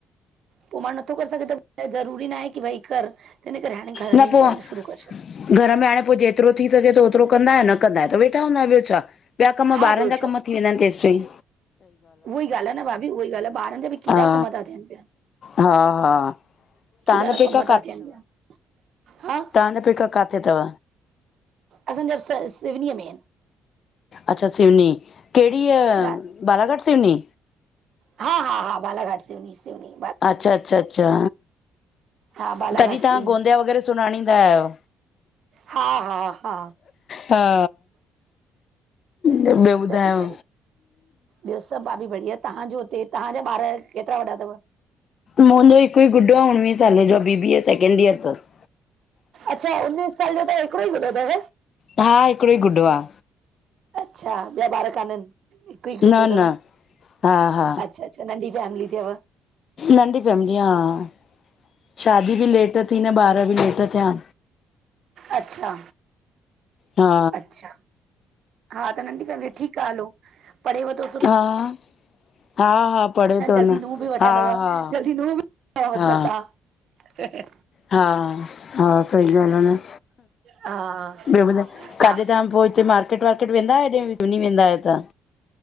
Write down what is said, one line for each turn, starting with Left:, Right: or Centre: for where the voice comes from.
Right: पो मांणूं नथो करे सघे त ज़रूरी नाइ की भई कर, त इन करे हाणें घर
Left: न
Right: में
Left: पो
Right: ई करण शुरु करे छॾो।
Left: घर में हाणे पो जेतिरो थी सॻे तो ओतिरो कंदाइन न कंदाऐ त वेठा हूंदा, ॿियो छा? ॿिया कमु,
Right: हा
Left: ॿारनि
Right: ॿियो
Left: जा कमु थी वेंदा आहिनि, तेसताईं।
Right: उहो ई ॻाल्हि आ न भाभी, उहो ई ॻाल्हि आ, ॿा रन जा बि केॾा
Left: हा
Right: कम ता थीयनि पिया,
Left: हा हा हा तव्हांजा
Right: केॾा न
Left: पेका
Right: कम ता थीयनि पिया। <unintelligible>
Left: तांजा पेका काथे तव?
Right: असांजा सिवनीअ में आहिनि।
Left: अच्छा सिवनी, केड़ी ईअ
Right: आहिनि
Left: बालाघाट सिवनी?
Right: हा-हा-हा, बालाघाट सिवनी-सिवनी
Left: अच्छा-अच्छा-अच्छा,
Right: हा बालाघाट
Left: तॾहिं तहा
Right: सिवनी
Left: गोंदिया वग़ैरह सुञाणींदा आयो।
Right: हा-हा-हा
Left: हा ॿियो ॿुधायो?
Right: तॾीं करें, ॿियो सभु भाभी बढ़िया, तहांजो हुते, तहांजा ॿार केतिरा वॾा तव?
Left: मुंहिंजो हिकु ई गुॾो आ उणवीयें सालें जो आ। B, B, A second year तस।
Right: अच्छा, उन्नीस साल जो त हिकिड़ो ई गुॾो तव?
Left: हा, हिकिड़ो ई गुॾो आ।
Right: अच्छा! ॿिया ॿार काननि? हिकु ई गुड्डो
Left: न
Right: तव?
Left: न हा हा
Right: अच्छा-अच्छा नंढी फैमिली थ्यव।
Left: नंढी फैमिली आं शादी बि लेट थी न, ॿार बि लेट थिया।
Right: अच्छा,
Left: हा
Right: अच्छा, हा त नंढी फैमिली ठीकु आ, हलो। पढ़ेव तो?
Left: हा हा-हा पढ़े तो न,
Right: जल्दी नूंहं बि वठंदव
Left: हा-हा,
Right: जल्दी नूंहं बि मतिलब
Left: हा
Right: तव्हां
Left: हा-हा सई ॻाल्हि आ न।
Right: हा
Left: ॿियो ॿुधाए, काॾे
Right: हा
Left: तां पो हुते मार्केट-वार्केट वेंदायो <unintelligible> वेंदायो त?